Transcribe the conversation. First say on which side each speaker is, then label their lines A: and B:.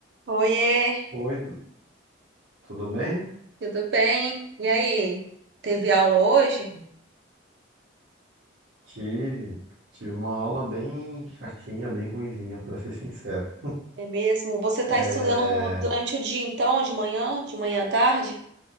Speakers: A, on the right; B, on the right.
A: Oiê,
B: Oi, tu- tudo bem?
A: tudo bem? E aí, teve aula hoje?
B: Tive, tive uma aula bem chatinha, bem ruinzinha, pra ser sincero.
A: É mesmo? Você está
B: É,
A: estudando durante o dia, então, de manhã, de manhã à tarde?